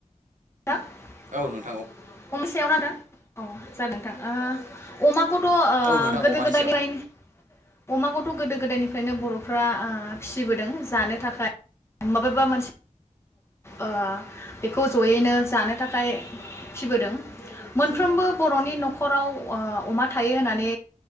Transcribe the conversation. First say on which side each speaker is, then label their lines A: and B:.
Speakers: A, on the left (about 20°); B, on the right (about 75°).
A: <unintelligible>
B: औ नों
A: अमानि सायाव आदा। अ जागोन। ओ अमाखौथ' ओ
B: औ नोंथां
A: गोदो
B: अमानि
A: गोदाय
B: सायाव
A: <unintelligible> अमा थ' गोदो गोदायनिफ्रायनो बर'फ्रा आ फिसिबोदों जानो थाखाय। माबेबा मोनसे ओ बेखौ ज'यैनो जानो थाखाय फिसिबोदों। मोनफ्रोमबो
B: औ नंगौ
A: बर'नि न' न'खराव ओ अमा थायो होननानै